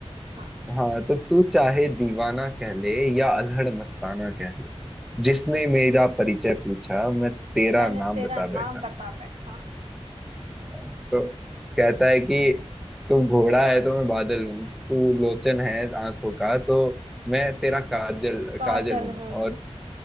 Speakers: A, on the right (about 80°); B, in the centre.
A: हाँ
B: हाँ तो तू चाहे दीवाना कह ले या अलहड़ मस्ताना कह ले जिसने मेरा परिचय पूछा मैं तेरा
A: मैंने
B: नाम
A: तेरा
B: बता बैठा
A: नाम बता बैठा
B: हाँ, तो कहता है कि
A: हम्म
B: तू घोड़ा है तो मैं बादल हूँ तू लोचन है आंखों का तो मैं तेरा काजल
A: काजल
B: काजल हूँ
A: हूँ
B: और